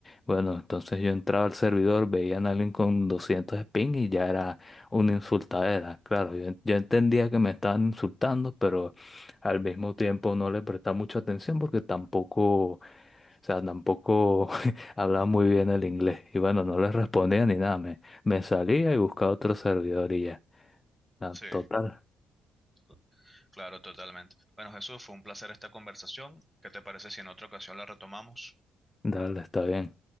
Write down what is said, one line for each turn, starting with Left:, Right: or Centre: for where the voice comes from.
Left: Bueno, entonces yo entraba al servidor, veían a alguien con 200 de ping y ya era una insultadera. Claro, yo, yo entendía que me estaban insultando, pero al mismo tiempo no le prestaba mucha atención porque tampoco, o sea, tampoco <laughs> hablaba muy bien el inglés. Y bueno, no les respondía ni nada, me, me salía y buscaba otro servidor y ya. Ah,
Centre: Sí,
Left: Total.
Centre: to- Claro, totalmente. Bueno, Jesús, fue un placer esta conversación. ¿Qué te parece si en otra ocasión la retomamos?
Left: Dale, está bien.